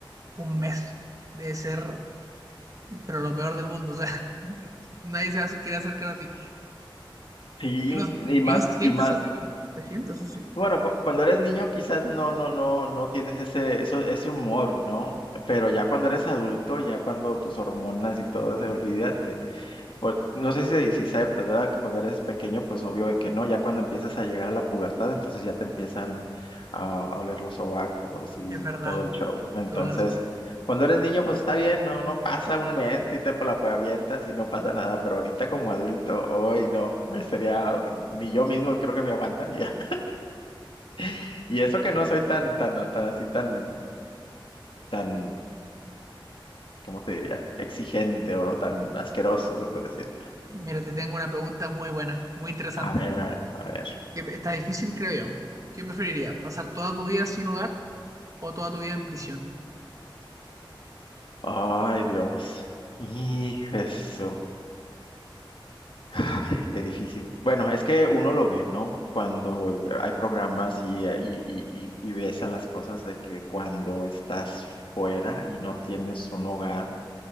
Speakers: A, on the right (about 40°); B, on the left (about 70°).
A: un mes de ser, pero lo peor del mundo, o sea, <laughs> nadie se hace- quiere acercar a ti.
B: Sí,
A: Y uno,
B: y más,
A: y uno se siente
B: y más,
A: sucio, bueno, se siente sucio.
B: bueno, cu- cuando eres niño quizás no, no, no, no tienes ese, eso, ese humor, ¿no? Pero ya cuando eres adulto, ya cuando tus hormonas y todo se olvídate. Por- no sé si de dieciséis pues, ¿verdad? Que cuando eres pequeño, pues obvio de que no. Ya cuando empiezas a llegar a la pubertad, entonces ya te empiezan a, a oler los sobacos y
A: Es verdad,
B: todo el show. Entonces,
A: toda la razón.
B: cuando eres niño, pues está bien, no, no pasa un mes, si te la pues, avientas y no pasa nada. Pero ahorita como adulto, hoy no, sería, ni yo mismo creo que me aguantaría. <laughs> Y eso que no soy tan, tan, tan así, tan, tan, ¿cómo te diría? Exigente o tan asqueroso, se puede decir.
A: Mira, te tengo una pregunta muy buena, muy interesante.
B: A ver, a ver, a ver.
A: que Está difícil, creo yo. ¿Qué preferiría ¿Pasar toda tu vida sin hogar o toda tu vida en prisión?
B: Ay, Dios. Hijo, eso. Ay, qué difícil. Bueno, es que uno lo ve, ¿no? Cuando hay programas y, eh, y, y, y y ves a las cosas de que cuando estás fuera y no tienes un hogar,